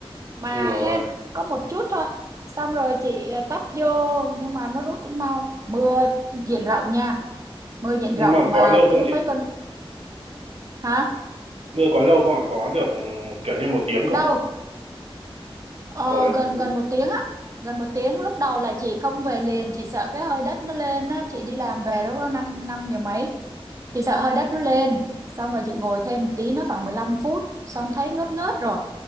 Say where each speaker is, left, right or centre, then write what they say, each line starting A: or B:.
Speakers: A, on the right (about 35°); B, on the right (about 75°).
A: mà
B: Ui rồi.
A: hên có một chút thôi. Xong rồi chị ờ, tấp vô nhưng mà nó rút cũng mau. Mưa diện rộng nha, mưa diện
B: Nhưng
A: rộng
B: mà
A: mà
B: có lâu không
A: cứ
B: chị?
A: mấy con hả?
B: Mưa có lâu không ạ? Có được ừ, kiểu như một tiếng
A: Lâu
B: không ạ?
A: Ờ,
B: Ôi.
A: gần gần một tiếng á gần một tiếng lúc đầu là chị không về liền chị sợ cái hơi đất nó lên á chị đi làm về lúc đó năm năm giờ mấy chị sợ hơi đất nó lên xong rồi chị ngồi thêm một tí nó khoảng 15 phút xong thấy ngớt ngớt rồi